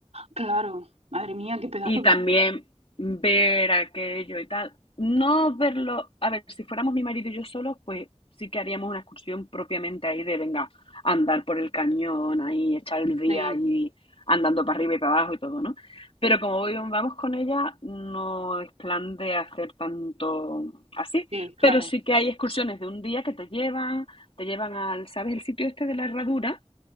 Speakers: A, on the right; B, on the left.
A: claro, madre mía, qué pedazo
B: Y
A: de
B: también
A: viaje.
B: ver aquello y tal. No verlo, a ver, si fuéramos mi marido y yo solos, pues sí que haríamos una excursión propiamente ahí de, venga, andar por el cañón, ahí, echar el día
A: Sí,
B: ahí, andando para arriba y para abajo y todo, ¿no? Pero como voy, vamos con ella, no es plan de hacer tanto así,
A: sí, claro.
B: pero sí que hay excursiones de un día que te llevan, te llevan al, ¿sabes? El sitio este de la herradura,